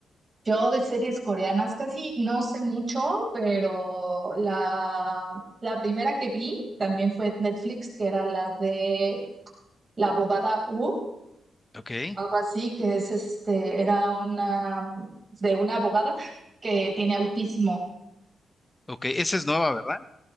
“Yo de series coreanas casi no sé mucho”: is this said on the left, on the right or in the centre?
Right